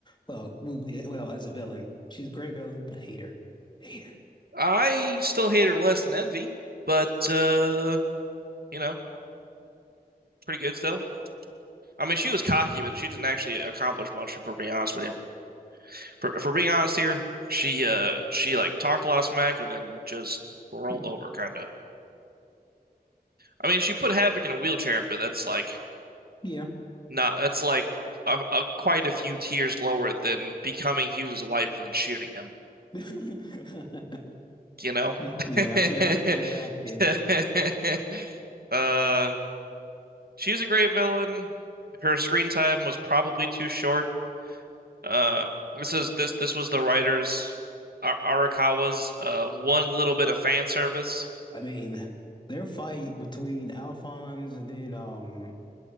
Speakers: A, on the left; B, on the right.
A: well, we, we, well, as a villain, she's a great villain, but hate her, hate her.
B: I still hate her less than Envy, but uh, you know, pretty good still. I mean, she was cocky, but she didn't actually accomplish much. If we're being honest with you, for for being honest here, she uh she like talked a lot of smack and then just rolled
A: Hmm,
B: over, kind of. I mean, she put Havoc in a wheelchair, but that's like
A: Yeah,
B: No, that's like a, a, quite a few tiers lower than becoming Hughes's wife and then shooting him,
A: <laughs>
B: you know?
A: Y-
B: <laughs>
A: yeah, yeah, yeah, yeah.
B: Uh, she's a great villain. Her screen time was probably too short. Uh, this is this this was the writers Ar Arakawa's uh, one little bit of fan service.
A: I mean, their fight between Alphonse and then um,